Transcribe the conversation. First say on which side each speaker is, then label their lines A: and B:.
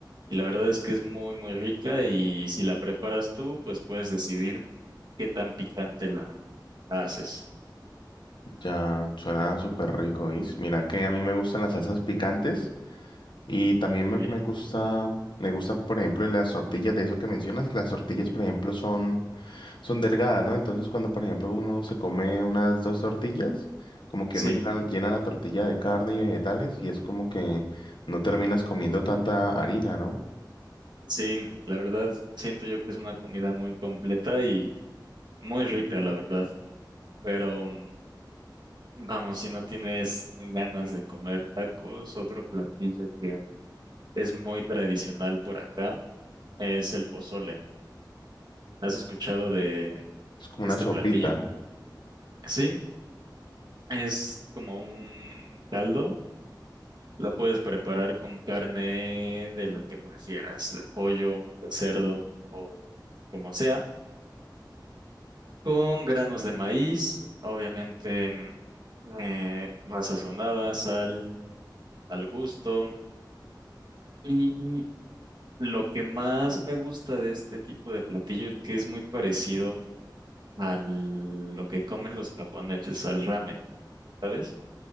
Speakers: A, on the right; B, on the left.
A: Y la verdad es que es muy, muy rica y si la preparas tú, pues puedes decidir qué tan picante la, la haces.
B: Ya suena súper rico, ¿oís? Mira que a mí me gustan las salsas picantes. Y también
A: Muy
B: me,
A: bien.
B: me gusta, me gusta, por ejemplo, las tortillas de eso que mencionas, que las tortillas, por ejemplo, son, son delgadas, ¿no? Entonces, cuando, por ejemplo, uno se come unas dos tortillas, como que
A: Sí,
B: uno llena, llena la tortilla de carne y vegetales y es como que no terminas comiendo tanta harina, ¿no?
A: sí, la verdad siento yo que es una comida muy completa y muy rica, la verdad. Pero mm, vamos, si no tienes ganas de comer tacos, otro platillo que es muy tradicional por acá es el pozole. ¿Has escuchado de
B: Es como
A: de
B: una
A: este
B: sopita.
A: platillo? Sí, es como un caldo La puedes preparar con carne de la que prefieras, de pollo, de cerdo o como sea, con granos de maíz, obviamente mm, eh, va sazonada, sal al gusto. <clears throat> Mm, Y lo que más me gusta de este tipo de platillo es que es muy parecido a lo que comen los japoneses, al ramen, ¿sabes?